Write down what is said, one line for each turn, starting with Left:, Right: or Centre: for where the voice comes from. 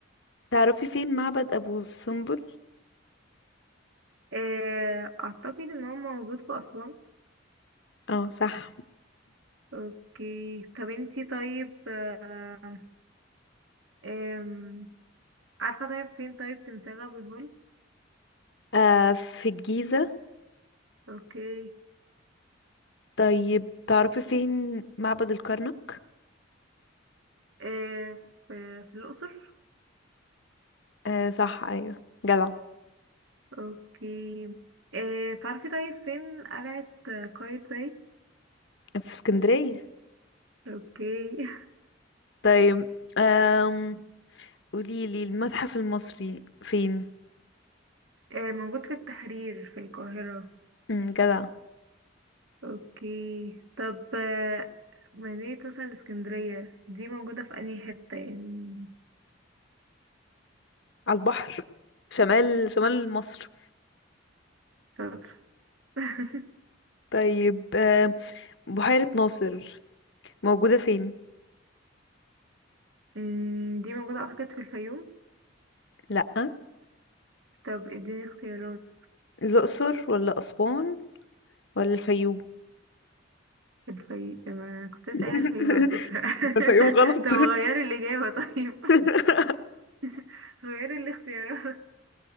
Left: تعرفي فين معبد أبو سمبل؟
Right: آه، اعتقد ان هو موجود في اسوان
Left: اه صح
Right: اوكي طب انتي طيب آه، آم، عارفه طيب فين طيب تمثال ابو الهول
Left: آه في الجيزة
Right: اوكي
Left: طيب تعرفي فين معبد الكرنك؟
Right: آه، في في الاقصر
Left: آه صح أيوه جدع
Right: اوكي آه، تعرفي طيب فين قلعه آه، قايتباي
Left: في اسكندرية
Right: اوكي <laughs>
Left: طيب آم... قوليلي المتحف المصري فين
Right: آه، موجود في التحرير في القاهره
Left: مم، جدع
Right: اوكي طب آه، مدينة مثلا الإسكندرية دي موجودة في أنهي حتة يعني
Left: على البحر شمال شمال مصر
Right: شاطر <laughs>
Left: طيب آه، بحيرة ناصر موجودة فين
Right: أمم، دي موجودة أعتقد في الفيوم
Left: لأ
Right: طب اديني اختيارات
Left: الأقصر ولا أسوان ولا الفيوم
Right: الفيوم أنا كنت لسه
Left: <laughs>
Right: قايلة الفيوم على فكرة <laughs>
Left: الفيوم غلط
Right: طب غيري الإجابة طيب
Left: <laughs>
Right: <laughs> غيري الاختيارات